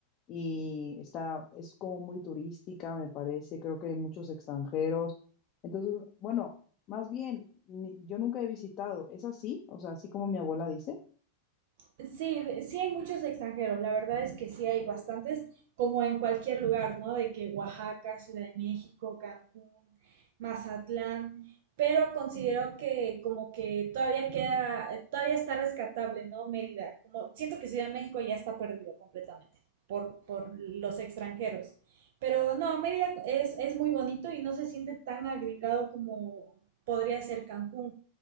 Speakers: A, on the left; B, on the right.
A: y está, es como muy turística, me parece, creo que hay muchos extranjeros. Entonces, bueno, más bien, ni- yo nunca he visitado, ¿es así? O sea, así como mi abuela dice.
B: Sí, de- sí hay muchos extranjeros, la verdad es que sí hay bastantes, como en cualquier lugar, ¿no? De que Oaxaca, Ciudad de México, Cancún, Mazatlán, pero considero que como que todavía queda, todavía está rescatable, ¿no? Mérida, como siento que Ciudad de México ya está perdido completamente por, por los extranjeros, pero no, Mérida es, es muy bonito y no se siente tan agregado como podría ser Cancún.